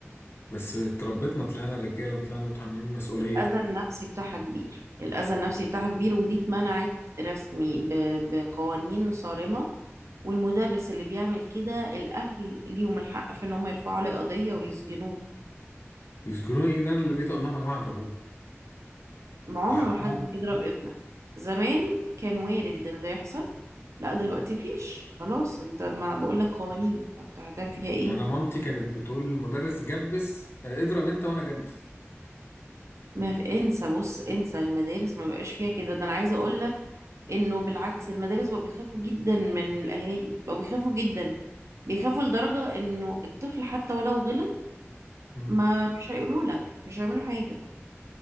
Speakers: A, on the left (about 55°); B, on the right (about 80°).
A: بس اتربيتنا طلعنا رجاله وطلعنا متحملين المسؤوليه
B: الأذى النفسي بتاعها كبير الأذى النفسي بتاعها كبير ودي اتمنعت رسمي ب- بقوانين صارمة والمدرس اللي بيعمل كده الأهل ليهم الحق في إن هم يرفعوا عليه قضية ويسجنوه
A: يسجنوني ايه ده انا اللي بقيت اقول لهم يا جماعه اضربوه
B: ما عمر
A: عاقبوه
B: ما حد بيضرب ابنك زمان كان وارد إن ده يحصل لا دلوقتي فيش خلاص انت ما بقولك قوانين هت- هتعمل فيها ايه
A: انا مامتي كانت بتقول للمدرس جبس آه، اضرب انت وانا جبس
B: ما في انسى بص انسى المدارس ما بقاش فيها كده ده انا عايزة اقولك انه بالعكس المدارس بقوا بيخافوا جدا من الاهالي بقوا بيخافوا جدا بيخافوا لدرجة انه الطفل حتى ولو غلط
A: مم.
B: ما مش هيقولوا لك مش هيعملوا حاجة